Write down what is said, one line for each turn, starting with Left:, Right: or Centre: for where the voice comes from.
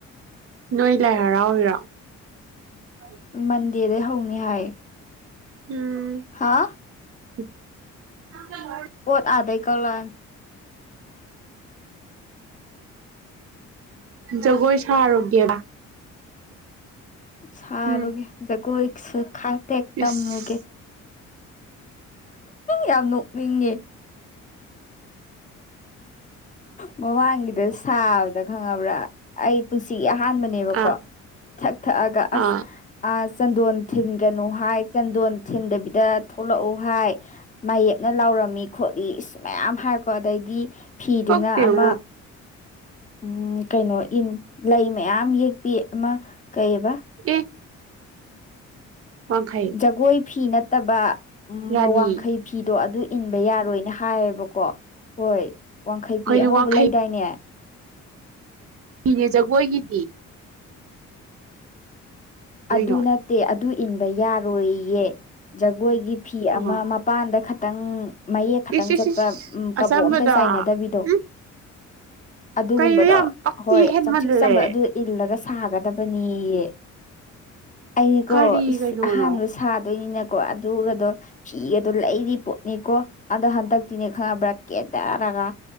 Right: ꯅꯣꯏ ꯂꯥꯏ ꯍꯔꯥꯎ ꯑꯣꯏꯔꯣ ꯍꯥꯎ
Left: ꯃꯟꯗꯦꯗꯩ ꯍꯧꯅꯤ ꯍꯥꯏ
Right: ꯎꯝ
Left: ꯍꯥꯥ
Right: <inaudible>
Left: ꯄꯣꯠ ꯑꯥꯗꯩ ꯀꯧꯂꯑꯅꯤ
Right: ꯖꯒꯣꯏ ꯁ ꯑꯔꯒꯦꯕ
Left: ꯁꯥꯔꯨꯒꯦ
Right: ꯎꯝ
Left: ꯖꯒꯣꯏꯁꯨ ꯈꯇꯦꯛ ꯇꯝꯂꯨꯒꯦ
Right: ꯏꯁ
Left: ꯌꯥꯝ ꯅꯣꯛꯅꯤꯡꯉ ꯃꯃꯥꯡꯒꯤꯗ ꯁꯥꯕꯗ ꯈꯪꯉꯕ꯭ꯔꯥ ꯑꯩ ꯄꯨꯟꯁꯤ ꯑꯍꯥꯟꯕꯗ ꯅꯦꯕꯀꯣ
Right: ꯑꯥ
Left: ꯊꯛ ꯊꯛꯑꯒ ꯑꯁ
Right: ꯑꯥ
Left: ꯑ ꯆꯟꯗꯣꯟ ꯊꯤꯟꯒꯅꯨ ꯍꯥꯏ ꯆꯟꯗꯣꯟ ꯊꯤꯟꯗꯕꯤꯗ ꯊꯣꯛꯂꯛꯎ ꯍꯥꯏ ꯃꯥꯌꯦꯞꯅ ꯂꯥꯎꯔꯝꯃꯤ ꯈꯣꯠꯂꯤ ꯁꯤ ꯃꯌꯥꯝ ꯍꯥꯏꯔꯀꯣ ꯑꯗꯩꯗꯤ ꯐꯤꯗꯨꯅ
Right: ꯄꯛꯇꯦ
Left: ꯑꯃ
Right: ꯉꯣ
Left: ꯎꯝ ꯀꯩꯅꯣ ꯏꯟ ꯂꯩ ꯃꯌꯥꯝ ꯌꯦꯛꯄꯤ ꯑꯃ ꯀꯩꯕ
Right: ꯎꯝ ꯋꯥꯈꯥꯏ
Left: ꯖꯒꯣꯏ ꯐꯤ ꯅꯠꯇꯕ
Right: ꯔꯥꯅꯤ
Left: ꯋꯥꯡꯈꯩ ꯐꯤꯗꯣ ꯑꯗꯨ ꯏꯟꯕ ꯌꯥꯔꯣꯏꯅ ꯍꯥꯏꯌꯦꯕꯀꯣ ꯍꯣꯏ ꯋꯥꯡꯈꯩ ꯐꯤ
Right: ꯀꯩꯅꯣ
Left: ꯑꯉꯧꯕ
Right: ꯋꯥꯡꯈꯩꯒꯤꯅꯦ
Left: ꯂꯩꯗꯥꯏꯅꯦ
Right: ꯏꯤꯅꯦ ꯖꯒꯣꯏꯒꯤꯗꯤ ꯀꯩꯅꯣ
Left: ꯑꯗꯨ ꯅꯠꯇꯦ ꯑꯗꯨ ꯏꯟꯕ ꯌꯥꯔꯣꯏꯌꯦ ꯖꯒꯣꯏꯒꯤ ꯐꯤ
Right: ꯑꯥ
Left: ꯑꯃ ꯃꯄꯥꯟꯗ ꯈꯇꯪ ꯃꯌꯦꯛ ꯈꯛꯇꯪ
Right: ꯏꯁ ꯏꯁ
Left: ꯆꯠꯄ
Right: ꯏꯁ
Left: ꯎ ꯀꯕꯣꯛ
Right: ꯑꯆꯝꯕꯗꯣ
Left: ꯑꯝꯇ ꯆꯥꯏꯅꯗꯕꯤꯗꯣ
Right: ꯎꯝ
Left: ꯑꯗꯨꯒꯨꯝꯕꯗꯣ
Right: ꯀꯩꯅꯣ ꯌꯥꯝ ꯄꯛꯇꯤ
Left: ꯍꯣꯏ
Right: ꯍꯦꯟꯃꯜꯂꯦ
Left: ꯆꯝꯁꯤꯛ ꯆꯝꯕ ꯑꯗꯨ ꯏꯜꯂꯒ ꯁꯥꯒꯗꯕꯅꯤꯌꯦ ꯑꯩꯅꯤꯀꯣ
Right: ꯀꯔꯤ ꯀꯩꯅꯣꯅꯣ
Left: ꯑꯍꯥꯟꯕ ꯁꯥꯗꯣꯏꯅꯤꯅꯀꯣ ꯑꯗꯨꯒꯗꯣ ꯐꯤ ꯑꯗꯨ ꯂꯩꯔꯤ ꯄꯣꯠꯅꯤꯀꯣ ꯑꯗꯣ ꯍꯟꯗꯛꯇꯤꯅꯦ ꯈꯪꯉꯕ꯭ꯔꯥ ꯀꯦꯟꯗꯔꯒ